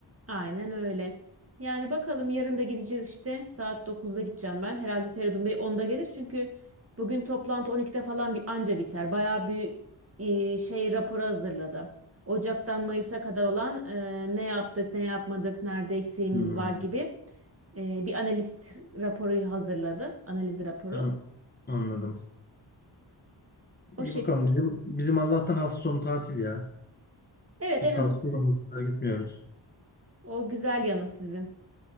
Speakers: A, on the right; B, on the left.
A: Aynen öyle. Yani bakalım yarın da gideceğiz işte. Saat dokuzda gideceğim ben. Herhalde Feridun Bey onda gelir çünkü bugün toplantı 12'de falan bir anca biter. Bayağı bir e, şey raporu hazırladı. Ocak'tan Mayıs'a kadar olan e, ne yaptık, ne yapmadık, nerede eksiğimiz
B: Hmm,
A: var gibi e, bir analist raporu hazırladı. Analiz raporu.
B: ben anladım.
A: O
B: İyi
A: şey.
B: bakalım bizim bizim Allah'tan hafta sonu tatil ya.
A: Evet
B: Biz
A: en azından
B: hafta sonu gitmiyoruz.
A: o güzel yanı sizin.